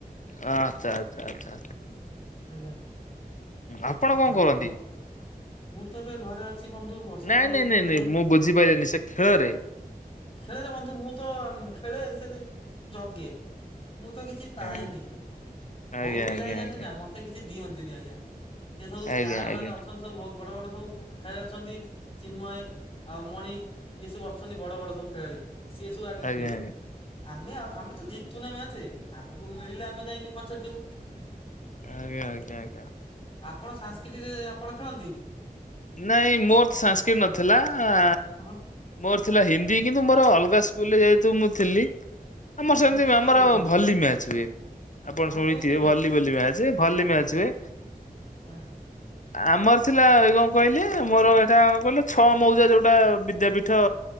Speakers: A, on the left (about 55°); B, on the left (about 35°).
A: ଅ ଆଛା ଆଛା ଆଛା।
B: ଆଜ୍ଞା
A: ଆପଣ କଣ
B: ଆଉ
A: କରନ୍ତି?
B: ମୁଁ ତ ଏବେ ଘରେ ଅ ଅଛି ବନ୍ଧୁ ବର୍ଷା
A: ନାଇଁ
B: ତ ହଉଛି
A: ନାଇଁ ନାଇଁ
B: କୁଆଡେ
A: ନାଇଁ
B: ଯାଇନି।
A: ମୁଁ ବୁଝିପାରିଲିନି ସେ ଖେଳରେ
B: ଖେଳେରେ ବନ୍ଧୁ ମୁଁ ତ ଖେଳେ ସେମତି ଜଗେ ମୁଁ ତ କିଛି ପାଏନି
A: ଆଜ୍ଞା
B: ବହୁତ
A: ଆଜ୍ଞା
B: ପିଲା
A: ଆଜ୍ଞା
B: ହେଇଯାନ୍ତି
A: ଆଜ୍ଞା
B: ନା ମତେ କିଛି ଦିଅନ୍ତିନି ଆଜ୍ଞା। ସେ ସବୁ ଷ୍ଟାରମାନେ
A: ଆଜ୍ଞା ଆଜ୍ଞା
B: ଅଛନ୍ତି। ସବୁ ବହୁ ବଡ ବଡ ସବୁ ଖେଳାଳି ଅଛନ୍ତି ଚିନ୍ମୟ ଆଉ ମଣି ଏ ସବୁ ଅଛନ୍ତି ବଡ ବଡ ସବୁ ଖେଳାଳି, ସିଏ ସବୁ ଆଗେ
A: ଆଜ୍ଞା
B: ଖେଳିବେ।
A: ଆଜ୍ଞା
B: ଆମେ ଆଉ ଆମେ ତ ଜିତୁନା ମ୍ୟାଚେ ଆମକୁ ମିଳିଲେ ଆମେ ଯାଇକି ପଛରେ ଯିବୁ।
A: ଆଜ୍ଞା ଆଜ୍ଞା ଆଜ୍ଞା।
B: ଆପଣ ସାଂସ୍କିଟିରେ ଆପଣ ଖେଳନ୍ତି?
A: ନାଇଁ ମୋର ତ ସାଂସ୍କିଟ୍ ନଥିଲା ଆ
B: ଆପଣ
A: ମୋର ଥିଲା ହିନ୍ଦୀ କିନ୍ତୁ ମୋର ଅଲଗା ସ୍କୁଲରେ ଯେହେତୁ ମୁଁ ଥିଲି। ଆମର
B: ଆପଣ
A: ସେମିତି
B: କୋଉ ସ୍କୁଲରେ
A: ଆମର
B: ପଢୁଥିଲେ
A: ଭଲି ମ୍ୟାଚ ହୁଏ। ଆପଣ ଶୁଣିଥିବେ
B: କୋଉ ସ୍କୁଲରେ
A: ଭଲି ବୋଲି ମ୍ୟାଚ ଭଲି ମ୍ୟାଚ ହୁଏ।
B: ହାଁ।
A: ଆମର ଥିଲା ଏଇ କଁ କହିଲେ ମୋର ଏଇଟା କଁ କହିଲେ ଛଅ। ମଉଜା ଯୋଉଟା ବିଦ୍ୟାପୀଠ